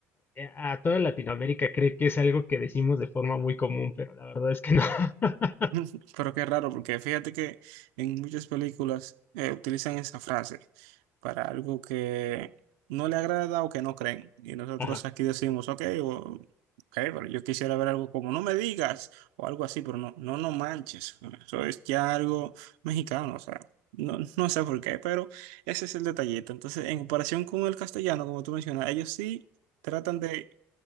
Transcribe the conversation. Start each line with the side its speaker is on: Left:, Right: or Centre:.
Left: eh, a toda Latinoamérica cree que es algo que decimos de forma muy común, pero la verdad es que no. <laughs>
Right: <laughs> Pero qué raro, porque fíjate que en muchas películas eh, utilizan esa frase para algo que no le agrada o que no creen. Y nosotros
Left: Ajá,
Right: aquí decimos, ok, o- ok, pero yo quisiera ver algo como no me digas o algo así, pero no, no, no manches. Eso es ya algo mexicano, o sea, no, <laughs> no sé por qué, pero ese es el detallito. Entonces, en comparación con el castellano, como tú mencionas, ellos sí tratan de